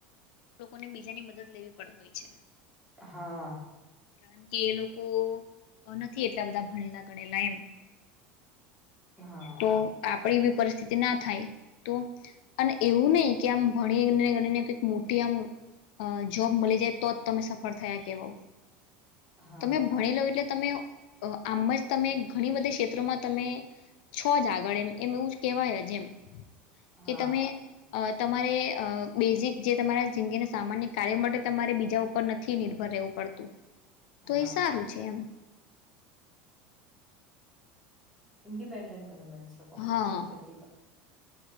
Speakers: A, on the left; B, in the centre.
A: લોકોને બીજાની મદદ લેવી પડ હોય છે.
B: હા
A: કારણ કે એ લોકો નથી એટલા બધા ભણેલા ગણેલા એમ.
B: હા
A: તો આપ પણ એવી પરિસ્થિતિ ના થાય તો? અને એવું નઈ કે આમ ભણીને ગણીને કંઈ મોટી આમ અ જોબ મલી જાય તો જ તમે સફળ થયા કેવાવ
B: હા
A: તમે ભણીલો એટલે તમે અ-આમ જ તમે ઘણી બધી ક્ષેત્રોમાં તમે છો જ આગળ એમ એમ એવું કેવાય જ એમ. કે
B: હા
A: તમે અ તમારે અ બેઝિક જે તમારા જિંદગીના સામાન્ય કાર્ય માટે તમારે બીજા ઉપર નથી નિર્ભર રેવું પડતું. તો
B: હા
A: એ સારું છે એમ.
B: ઇન્ડિપેન્ડન્ટ તમે બની શકો
A: હા
B: ભણતરથી તો